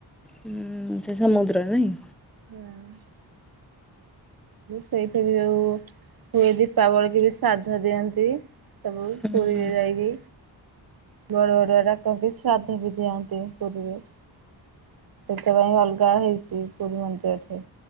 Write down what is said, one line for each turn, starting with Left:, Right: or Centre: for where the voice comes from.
Centre: ହୁଁ, ସେ ସମୁଦ୍ରରେ ନାଇଁ।
Right: ହଁ। ସେଇଥିରେ ଯୋଉ ହୁଏ ଦୀପାବଳି କି ବି ଶ୍ରାଦ୍ଧ ଦିଅନ୍ତି। ସବୁ
Centre: ହୁଁ।
Right: ପୁରୀରେ ଯାଇକି ବଡ ବଡଆ ଡାକନ୍ତି ଶ୍ରାଦ୍ଧ ବି ଦିଅନ୍ତି ପୁରୀରେ। ସେଥିପାଇଁ ଅଲଗା ହେଇଛି। ପୁରୀ ମନ୍ଦିର ରେ